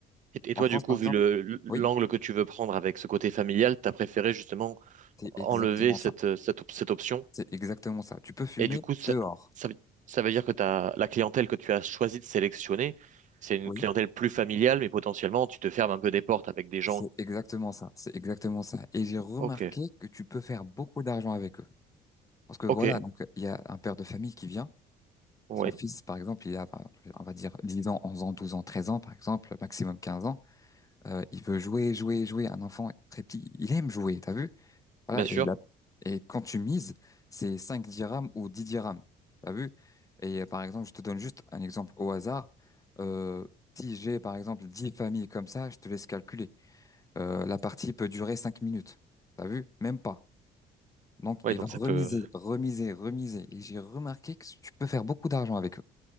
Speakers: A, on the right; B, on the left.
A: et et toi,
B: En France,
A: du coup,
B: par
A: vu
B: exemple,
A: le l'angle
B: oui,
A: que tu veux prendre avec ce côté familial, t'as préféré justement
B: c'est
A: enlever
B: exactement
A: cette,
B: ça.
A: euh, cette, op- cette option.
B: C'est exactement ça. Tu peux fumer
A: Et du coup, ça,
B: dehors.
A: ça, veut ça veut dire que t'as, la clientèle que tu as choisi de sélectionner, c'est une
B: Oui,
A: clientèle plus familiale, mais potentiellement, tu te fermes un peu des portes avec des gens
B: c'est exactement ça. C'est exactement ça. Et j'ai remarqué
A: Ok,
B: que tu peux faire beaucoup d'argent avec eux. Parce que
A: ok,
B: voilà, donc il y a un père de famille qui vient,
A: oui,
B: son fils par exemple, il a, par exemple, on va dire 10 ans, 11 ans, 12 ans, 13 ans par exemple, maximum 15 ans, Euh, il veut jouer, jouer, jouer, un enfant très petit, il aime jouer, t'as vu? Voilà,
A: bien sûr.
B: et, la- et quand tu mises, c'est 5 dirhams ou 10 dirhams, t'as vu? Et euh, par exemple, je te donne juste un exemple au hasard, Euh, si j'ai par exemple 10 familles comme ça, je te laisse calculer, Euh, la partie peut durer 5 minutes, t'as vu? Même pas. Donc,
A: Oui,
B: il
A: donc
B: va remiser,
A: ça peut.
B: remiser, remiser. Et j'ai remarqué que tu peux faire beaucoup d'argent avec eux.